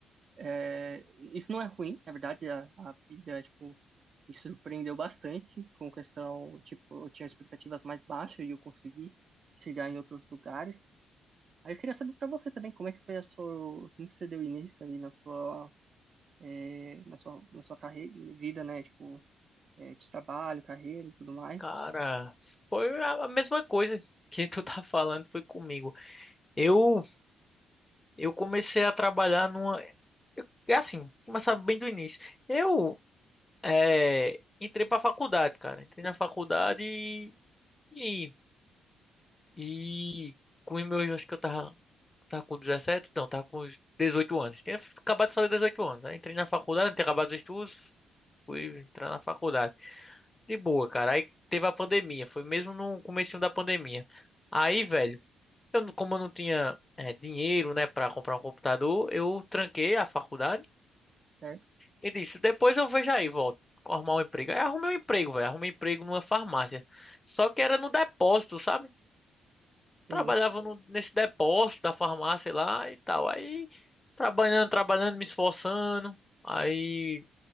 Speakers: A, on the right; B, on the left.
A: é, isso não é ruim, na verdade, a, a vida, tipo, me surpreendeu bastante com questão, tipo, eu tinha expectativas mais baixas e eu consegui chegar em outros lugares. Aí eu queria saber para você também como é que foi a sua, como que você deu início aí na sua, é, na sua, na sua carreira, vida, né? Tipo, é, de trabalho, carreira e tudo mais,
B: Cara, foi a a mesma coisa <laughs> que tu tá falando, foi comigo. Eu eu comecei a trabalhar numa, é assim, começar bem do início. Eu é, entrei pra faculdade, cara. Entrei na faculdade e e, e com os meus, acho que eu tava tava com 17, não, tava com uns 18 anos. Tinha acabado de fazer 18 anos. Aí entrei na faculdade, tinha acabado os estudos, fui entrar na faculdade. De boa, cara. Aí teve a pandemia. Foi mesmo no comecinho da pandemia. Aí, velho, eu, não- como eu não tinha eh, dinheiro, né, pra comprar um computador, eu tranquei a faculdade
A: certo?
B: e disse, depois eu vejo aí, volto. Arrumar um emprego. Aí arrumei um emprego, velho. Arrumei um emprego numa farmácia. Só que era no depósito, sabe?
A: Sim.
B: Trabalhava no- nesse depósito da farmácia lá e tal. Aí, trabalhando, trabalhando, me esforçando. Aí,